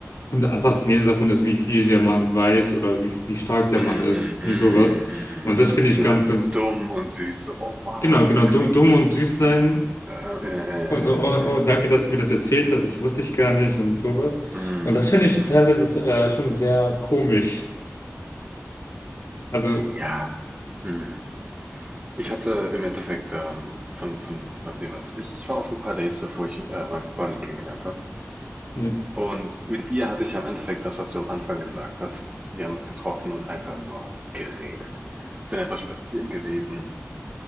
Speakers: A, on the left (about 75°); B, on the right (about 25°).
A: und fasziniert davon ist, wie viel der Mann weiß oder wie, wie stark der
B: Mhm.
A: Mann ist
B: Mhm.
A: und
B: Mhm.
A: sowas. Und
B: Mhm.
A: das
B: So
A: finde
B: ein bisschen
A: ich ganz,
B: so
A: ganz,
B: dumm und süß. So, oh wow,
A: genau, genau,
B: wirklich?
A: du, dumm und
B: Das,
A: süß
B: äh,
A: sein.
B: äh,
A: Und oh, oh,
B: äh, mm,
A: oh, danke, dass du mir das erzählt hast, ich wusste ich gar nicht und sowas.
B: mm,
A: Und das finde
B: mm,
A: ich
B: mm.
A: teilweise äh, schon sehr komisch. Also,
B: Ja, mm. Ich hatte im Endeffekt ähm, von, von dem, was ich war auf ein paar Dates, bevor ich äh, meine Freundin kennengelernt habe.
A: ja,
B: Und mit ihr hatte ich am Endeffekt das, was du am Anfang gesagt hast. Wir haben uns getroffen und einfach nur geredet. Sind einfach spazieren gewesen